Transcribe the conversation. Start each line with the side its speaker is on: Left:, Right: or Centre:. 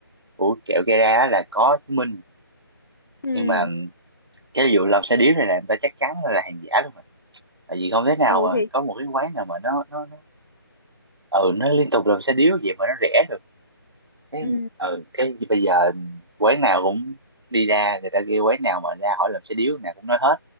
Right: của kẹo Gara á là có chứng minh
Left: ừ
Right: nhưng mà cái vụ làm xe điếu này là người ta chắc chắn là hàng giả luôn mà tại vì không thể nào
Left: ừ
Right: mà
Left: thì
Right: có một cái quán nào mà nó nó nó ừ nó liên tục làm xe điếu vậy mà nó rẻ được cái
Left: ừ
Right: ờ, cái bây giờ quán nào cũng đi ra người ta kêu quán nào mà ra hỏi làm xe điếu nào cũng nói hết